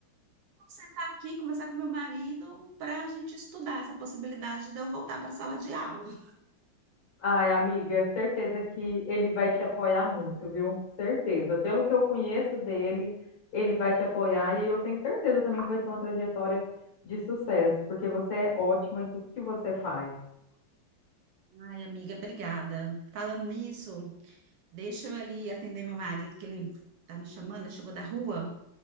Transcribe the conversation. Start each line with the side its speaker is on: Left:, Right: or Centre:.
Right: Vou sentar aqui, conversar com meu marido para a gente estudar essa possibilidade de eu voltar para a sala de aula.
Left: Ai, amiga, certeza que ele vai te apoiar muito, viu? Certeza. Pelo que eu conheço dele, ele vai te apoiar e eu tenho certeza também que vai ser uma trajetória de sucesso, porque você é ótima em tudo que você faz.
Right: Ai, amiga, obrigada. Falando nisso, deixa eu ali atender meu marido, que ele tá me chamando, ele chegou da rua.